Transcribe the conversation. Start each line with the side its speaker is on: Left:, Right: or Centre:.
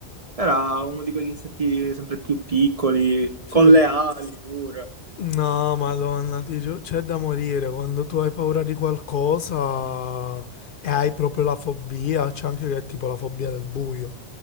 Right: Era uno di quegli insetti sempre più piccoli,
Left: Sì.
Right: con le ali pure.
Left: No, Madonna, ti giuro, c'è da morire quando tu hai paura di qualcosa e hai proprio la fobia. C'è anche che è tipo la fobia del buio.